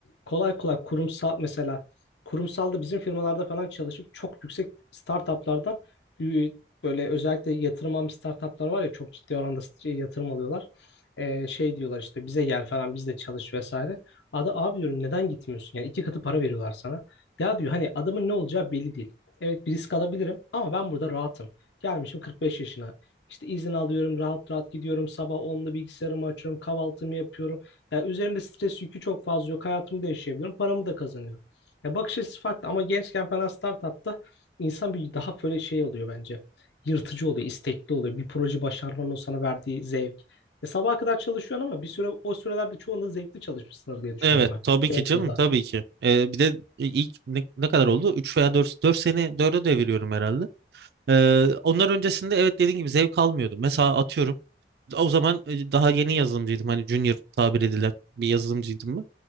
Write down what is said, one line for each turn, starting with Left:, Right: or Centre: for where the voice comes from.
Left: kolay kolay kurumsal mesela kurumsalda bizim firmalarda falan çalışıp çok yüksek startuplardan e, böyle özellikle yatırım almış startuplar var ya çok ciddi oranda şey, yatırım alıyorlar. E, şey diyorlar işte bize gel falan biz de çalış vesaire. Ada abi diyorum neden gitmiyorsun? Yani iki katı para veriyorlar sana. Ya diyor hani adamın ne olacağı belli değil. Evet bir risk alabilirim ama ben burada rahatım. Gelmişim 45 yaşına. İşte izin alıyorum, rahat rahat gidiyorum. Sabah onda bilgisayarımı açıyorum, kahvaltımı yapıyorum. Yani üzerimde stres yükü çok fazla yok. Hayatımı da yaşayabiliyorum, paramı da kazanıyorum. Ya bakış açısı farklı ama gençken falan startupta insan bir daha böyle şey oluyor bence. Yırtıcı oluyor, istekli oluyor. Bir proje başarmanın o sana verdiği zevk. E, sabaha kadar çalışıyorsun ama bir süre o sürelerde çoğunda zevkli çalışmışsındır diye düşünüyorum
Right: Evet
Left: ben.
Right: tabii
Left: Temple'da.
Right: ki canım tabii ki. Ee, bir de ilk ne, ne kadar oldu? üç veya dört dört sene 4'e deviriyorum herhalde. Ee, onlar öncesinde evet dediğin gibi zevk almıyordum. Mesela atıyorum o zaman e, daha yeni yazılımcıydım. Hani junior tabir edilen bir yazılımcıydım